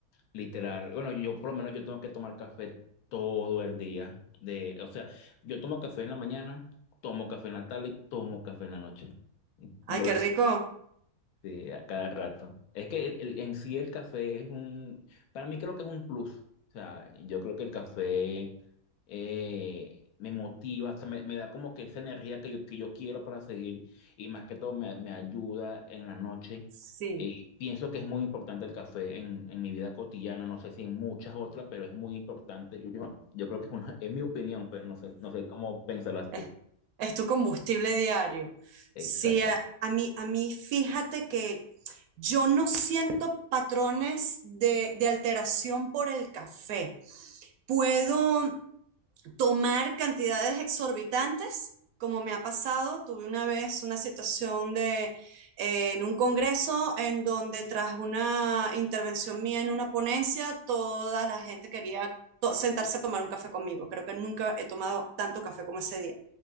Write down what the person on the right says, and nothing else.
Ay, qué
rico.
Sí,
es,
es tu combustible diario.
Sí, a, a mí, a mí, fíjate que yo no siento patrones de, de alteración por el café. Puedo, tomar cantidades exorbitantes, como me ha pasado. Tuve una vez una situación de, eh, en un congreso en donde tras una intervención mía en una ponencia, toda la gente quería to- sentarse a tomar un café conmigo. Creo que nunca he tomado tanto café como ese día.